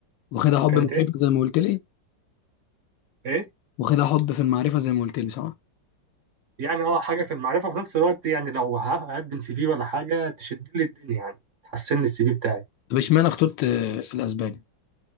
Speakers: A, on the left; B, on the right.
A: واخدها حب
B: كانت
A: من
B: إيه
A: الربح زي ما قلت لي
B: إيه
A: واخدها حب في المعرفة زي ما قلت لي صح
B: يعني أه حاجة في المعرفة وفي نفس الوقت يعني لو هقدم سي في ولا حاجة تشد لي الدنيا يعني تحسن لي السي في بتاعي
A: طب اشمعنى اخترت آه، الاسباني